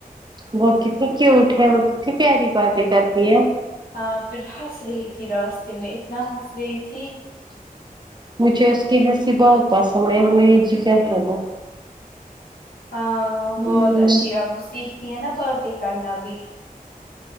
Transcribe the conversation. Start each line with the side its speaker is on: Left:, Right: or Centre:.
Right: وہ کتنی کیوٹ ہے وہ کتنی پیاری باتیں کرتی ہے
Left: ہاں پھر ہنس رہی تھی راستے میں اتنا ہنس رہی تھی
Right: مجھے اس کی ہنسی بہت پسند ہے میری جگر ہے وہ
Left: ہاں ہاں
Right: ہمم
Left: بہت اچھی ہے اب وہ سیکھتی ہیں نا باتیں کرنا بھی